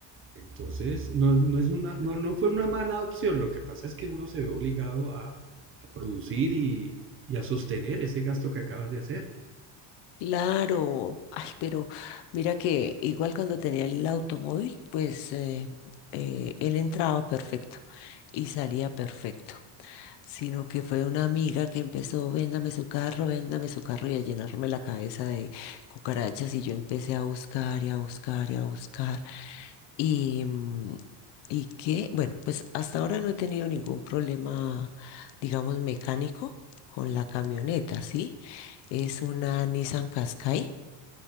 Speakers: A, on the right (about 25°); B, on the left (about 55°).
A: Entonces, no, no, es una, no, no fue una mala opción. Lo que pasa es que uno se ve obligado a, a producir y, y a sostener ese gasto que acabas de hacer.
B: Claro, ay, pero mira que igual cuando tenía el automóvil, pues eh, eh, él entraba perfecto y salía perfecto, sino que fue una amiga que empezó, véndame su carro, véndame su carro y a llenarme la cabeza de cucarachas y yo empecé a buscar y a buscar y a buscar y, mm, y que, bueno, pues hasta ahora no he tenido ningún problema, digamos, mecánico con la camioneta, ¿sí? Es una Nissan Qashqai